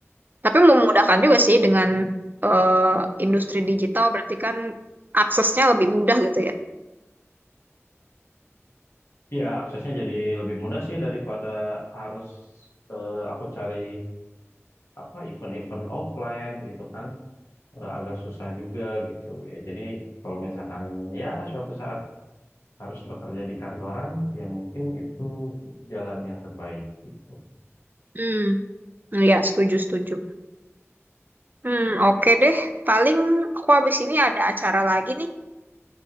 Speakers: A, on the right (about 40°); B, on the left (about 60°).
A: Tapi memudahkan juga sih dengan eh, industri digital berarti kan aksesnya lebih mudah gitu ya.
B: Iya aksesnya jadi lebih mudah sih daripada harus eh, aku cari apa event-event offline gitu kan Eh, agak susah juga gitu ya jadi kalau misalkan ya suatu saat harus bekerja di kantoran, ya mungkin itu jalan yang terbaik gitu.
A: Hmm, ya setuju setuju. Hmm, oke deh. Paling aku habis ini ada acara lagi nih.